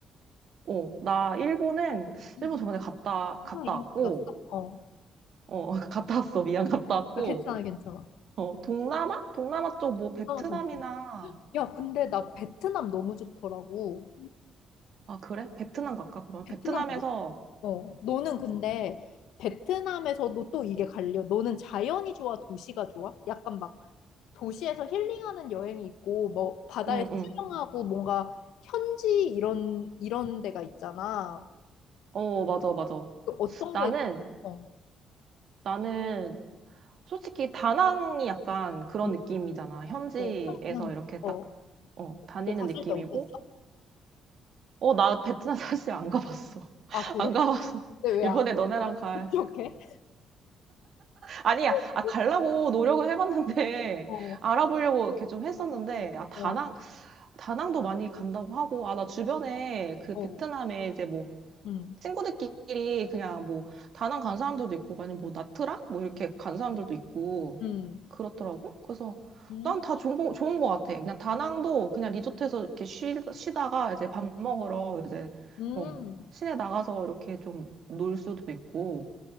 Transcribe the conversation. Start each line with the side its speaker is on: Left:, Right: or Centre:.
Right: 어, 나 일본은
Left: 뭐,
Right: 일본 저번에 갔다
Left: 하나
Right: 갔다
Left: 이름이
Right: 왔고
Left: 났어? 어.
Right: 어, <laughs> 갔다 왔어. 미안. 갔다 왔고.
Left: 아, 괜찮아, 괜찮아.
Right: 어, 동남아? 동남아 쪽 뭐 베트남이나
Left: 동남아 좋은데. 야, 근데 나 베트남 너무 좋더라고.
Right: 아, 그래? 베트남 갈까? 그러면
Left: 베트남
Right: 베트남에서
Left: 갈래? 어. 너는 근데 베트남에서도 또 이게 갈려. 너는 자연이 좋아, 도시가 좋아? 약간 막 도시에서 힐링하는 여행이 있고, 뭐 바다에서
Right: 응, 응.
Left: 수영하고 뭔가 현지 이런 이런 데가 있잖아.
Right: 어, 맞아, 맞아.
Left: 그 어떤
Right: 나는
Left: 게, 어,
Right: 나는 솔직히 다낭이 약간 그런
Left: 응,
Right: 느낌이잖아. 현지에서
Left: 어, 현, 현,
Right: 이렇게
Left: 어,
Right: 딱, 어, 다니는
Left: 거 갔을
Right: 느낌이고.
Left: 때 어땠어?
Right: 어, 나 베트남 <laughs> 사실 안 가봤어. <laughs>
Left: 아, 그래?
Right: 안 가봤어.
Left: 근데 왜
Right: 이번에
Left: 안합어
Right: 너네랑 갈.
Left: 합격해?
Right: 아니야,
Left: <laughs>
Right: 아, 가려고 노력을 해봤는데,
Left: 어,
Right: <laughs> 알아보려고 이렇게 좀 했었는데, 아, 다낭,
Left: 어,
Right: 다낭도 많이 간다고 하고, 아, 나 주변에 그
Left: 어,
Right: 베트남에 이제 뭐,
Left: 음,
Right: 친구들끼리 그냥 뭐, 다낭 간 사람들도 있고, 아니면 뭐, 나트랑? 뭐, 이렇게 간 사람들도 있고,
Left: 음,
Right: 그렇더라고. 그래서
Left: 음,
Right: 난 다 좋은 거, 좋은 거 같아. 그냥 다낭도 그냥 리조트에서 이렇게 쉬, 쉬다가 이제 밥 먹으러 이제
Left: 음,
Right: 어, 시내 나가서 이렇게 좀 놀 수도 있고